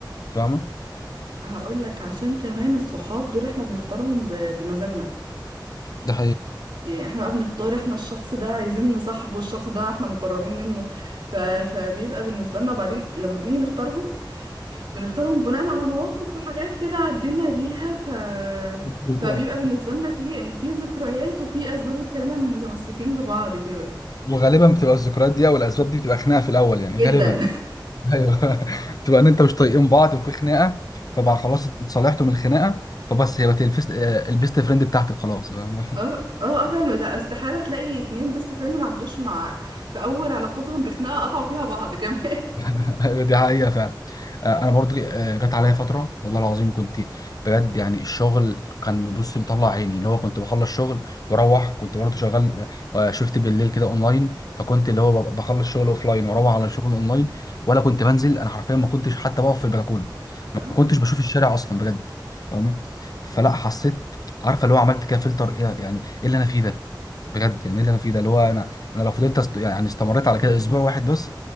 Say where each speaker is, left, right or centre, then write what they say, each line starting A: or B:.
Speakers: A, on the left (about 50°); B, on the right (about 85°).
A: فاهمه
B: هقول لك عشان كمان الصحاب دول احنا بنختارهم ب- بمزاجنا
A: ده
B: يعني احنا بقى بنختار احنا الشخص ده عايزين نصاحبه الشخص ده احنا مقربين منه ف... فبيبقى بالنسبه لنا وبعدين لما بنيجي نختارهم بنختارهم بناء على مواقف وحاجات كده عدينا بيها ف
A: حقيقه
B: فبيبقى بالنسبة لنا في يعني في ذكريات وفي أسباب بتخلينا متمسكين ببعض كده
A: وغالبا بتبقى الذكريات دي او الاسباب دي بتبقى خناقه في الاول يعني
B: جدا
A: غالبا ايوه <laughs> بتبقى ان انت مش طايقين بعض وفي خناقه فبقى خلاص اتصالحتوا من الخناقه فبس هي بقت الفيست- آه، البيست فريند بتاعتك خلاص <laughs> فاهم؟
B: <laughs> اه اه اه فعلا وده استحالة تلاقي اتنين بيست فريند ما عندوش مع في أول علاقتهم بخناقة قطعوا فيها بعض كمان
A: <laughs> ايوه دي حقيقة فعلا آه، انا برضو آه، جت عليا فترة والله العظيم كنت بجد يعني الشغل كان بص مطلع عيني اللي هو كنت بخلص شغل واروح كنت برضو شغال آه، شفت بالليل كده اونلاين فكنت
B: <laughs> مم.
A: اللي هو ب- بخلص شغل اوفلاين واروح على شغل اونلاين ولا كنت بنزل انا حرفيا ما كنتش حتى بقف في البلكونة
B: اه
A: ما كنتش بشوف الشارع اصلا بجد فاهمة؟ فلا حسيت عارفة اللي هو عملت كده فلتر ايه يعني ايه اللي انا فيه ده بجد يعني ايه اللي انا فيه ده اللي هو انا انا لو فضلت است... يعني استمريت على كده اسبوع واحد بس